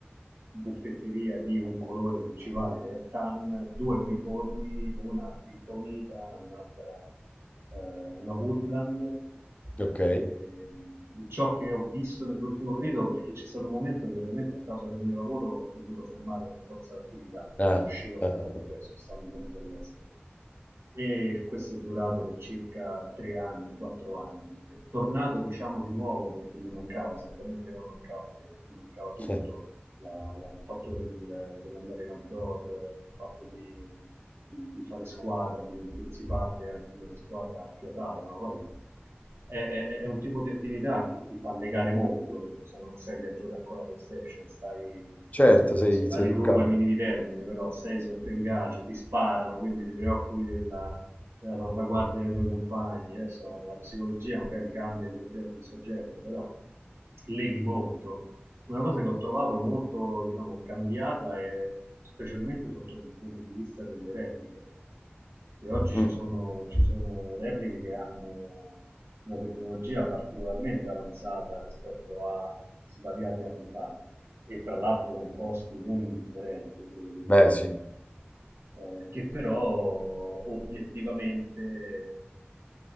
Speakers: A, on the right (about 80°); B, on the left (about 35°).
A: buffetteria di un colore principale che è tan, due uniformi, una a tinta unita, un'altra eh, una Woodland.
B: Ok.
A: E ciò che ho visto nell'ultimo periodo, perché c'è stato un momento che ovviamente a causa del mio lavoro ho dovuto fermare per forza l'attività,
B: Ah,
A: non riuscivo a stargli
B: ah,
A: appresso,
B: ah.
A: stando sempre all'estero. E questo è durato per circa tre anni, quattro anni. È tornato diciamo di nuovo perché mi mancava esattamente come mancava a te, mi mancava tutto,
B: <laughs>
A: la, la, il fattore del, dell'andare in outdoor, il fatto di di, di fare squadra, di sentirsi parte anche di una squadra affiatata, no? Poi è, è- è un tipo di attività che ti fa legare molto perché cioè, non sei lì a giocare con la PlayStation, stai
B: Certo, sei,
A: adesso la
B: sei
A: riduco
B: sul campo.
A: ai minimi termini, però sei sotto ingaggio, ti sparano, quindi ti preoccupi della, della salvaguardia dei tuoi compagni. Adesso la, la psicologia magari cambia di soggetto in soggetto, però leghi molto una cosa che ho trovato molto, diciamo, cambiata è specialmente sotto il punto di vista delle repliche, perché oggi ci
B: Mm,
A: sono, ci sono repliche che hanno una tecnologia particolarmente avanzata rispetto a svariati anni fa e tra l'altro con costi non indifferenti, devo dire
B: Beh,
A: la verità
B: sì,
A: eh, che però obiettivamente eh,